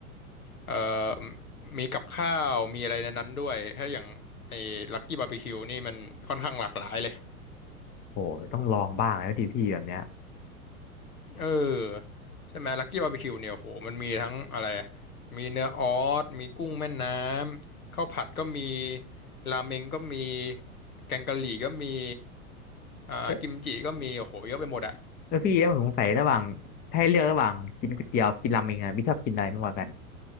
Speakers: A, on the left; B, on the left.
A: เอ่อมีกับข้าวมีอะไรในนั้นด้วยถ้าอย่างไอ้ลักกี้บาร์บีคิวนี่มันค่อนข้างหลากหลายเลย
B: โอ้ต้องลองบ้างแล้วดิพี่แบบเนี้ย
A: เออใช่ไหมลักกี้บาร์บีคิวเนี่ยโหมันมีทั้งอะไรมีเนื้อออสมีกุ้งแม่น้ำข้าวผัดก็มีราเมงก็มีแกงกะหรี่ก็มีอ่ากิมจิก็มีโอ้โหเยอะไปหมดอะ
B: เออเออพี่แล้วผมสงสัยระหว่างถ้าให้เลือกระหว่างกินก๋วยเตี๋ยวกินราเมงอะพี่ชอบกินอะไรมากกว่ากัน